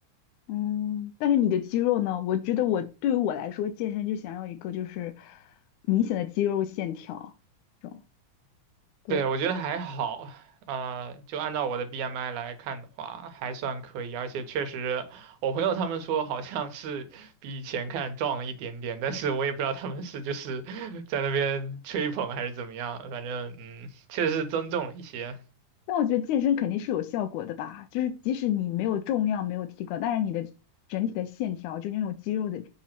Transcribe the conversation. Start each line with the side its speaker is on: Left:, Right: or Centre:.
Left: 嗯，但是你的肌肉呢？我觉得我对于我来说，健身就想要一个就是明显的肌肉线条这种。对，
Right: 对，我觉得还好，呃，就按照我的 BMI 来看的话，还算可以，而且确实，我朋友他们说好像是比以前看壮了一点点，但是我也不知道他们是就是 <laughs> 在那边吹捧还是怎么样，反正嗯，确实是增重了一些，
Left: 但我觉得健身肯定是有效果的吧，就是即使你没有重量没有提高，但是你的整体的线条，就那种肌肉的